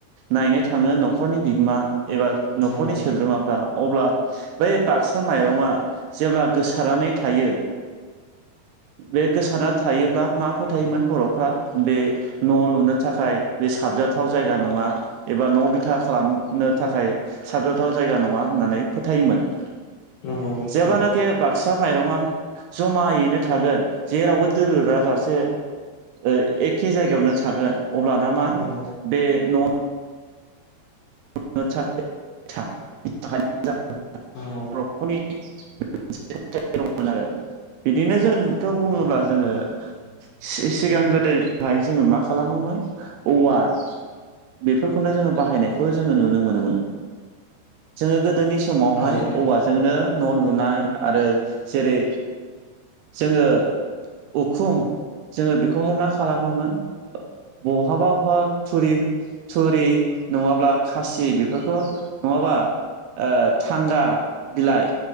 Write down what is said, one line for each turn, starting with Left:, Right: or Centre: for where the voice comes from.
Right: नायनो थाङो न'खरनि बिगोमा एबा न'खरनि
Left: नंगौ
Right: सोद्रोमाफ्रा अब्ला बै बाक्सा माइरंआ जेब्ला गोसारनानै थायो बे गोसारा थायोब्ला मा फोथायोमोन बर'फ्रा बे न' लुनो थाखाय बे साबजाथाव जायगा नङा एबा न' बिथा खालामनो थाखाय साबजाथाव जायगा नङा होननानै फोथायोमोन।
Left: नंगौ
Right: जेब्लानाखि
Left: नंगौ
Right: बाक्सा माइरङा जमायैनो थागोन जेरावबो दोरोदाजासे ओ एखे जायगायावनो थागोन अब्लाना मा
Left: औ
Right: बे न' न' लुनो थाखाय बिथा <unintelligible>
Left: नंगौ
Right: बरफोरनि <unintelligible> <unintelligible> दंमोन आरो बिदिनो जोंथ' बुङोब्ला
Left: नंगौ
Right: जोङो
Left: नोंथां
Right: सि-सिगां गोदोहाय जोङो मा खालामोमोन औवा बेफोरखौनो जोङो बाहायनायखौ जोंङो नुनो मोनोमोन। जों गोदोनि समावहाय
Left: नंगौ
Right: औवाजों जोंनो न' लुनाय आरो जेरै जोङो उखुम जोङो बेखौहाय मा खालामोमोन बहाबा बहा थुरि- थुरि नङाब्ला खासि बेफोरखौ नङाबा ओ थांगा बिलाइ